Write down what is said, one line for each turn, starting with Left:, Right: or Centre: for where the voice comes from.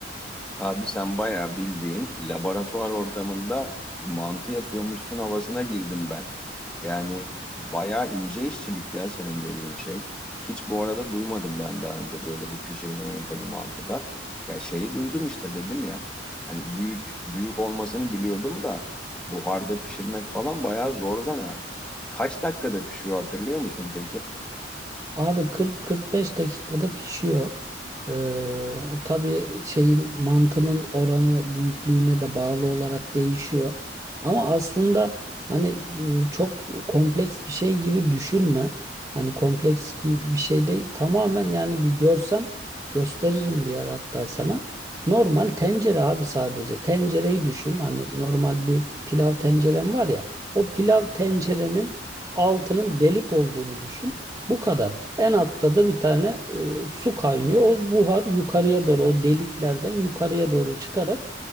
Centre: Abi sen bayağı bildiğin laboratuvar ortamında mantı yapıyormuşsun havasına girdim ben. Yani bayağı ince işçilik ya senin dediğin şey. Hiç bu arada duymadım ben daha önce böyle bir pişirme yöntemi mantıda. Ya şeyi duydum işte dedim ya. Hani büyük büyük olmasını biliyordum da buharda pişirmek falan bayağı zor zanaat. Kaç dakikada pişiyor hatırlıyor musun peki?
Right: Abi 40-45 dakikada pişiyor. Ee, o tabii şeyin mantının oranı büyüklüğüne de bağlı olarak değişiyor. Ama aslında hani e, çok kompleks bir şey gibi düşünme. Hani kompleks gibi bir şey değil. Tamamen yani bir görsen gösteririm bir yer hatta sana. Normal tencere abi sadece. Tencereyi düşün. Hani normal bir pilav tencerem var ya. O pilav tencerenin altının delik olduğunu düşün. Bu kadar. En altta da bir tane e, su kaynıyor. O buhar yukarıya doğru o deliklerden yukarıya doğru çıkarak